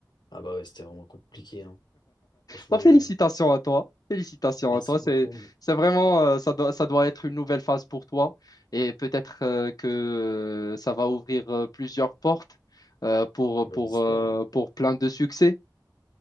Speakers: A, on the left; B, on the left.
A: Ah bah ouais, c'était vraiment compliqué, hein. Franchement,
B: Bah, félicitations à toi. Félicitations
A: merci
B: à toi.
A: beaucoup.
B: C'est,
A: mais-
B: c'est vraiment, euh, ça doit, ça doit être une nouvelle phase pour toi. Et peut-être euh, que euh, ça va ouvrir euh, plusieurs portes euh, pour,
A: Ah bah
B: pour,
A: j'espère,
B: euh,
A: hein.
B: pour plein de succès.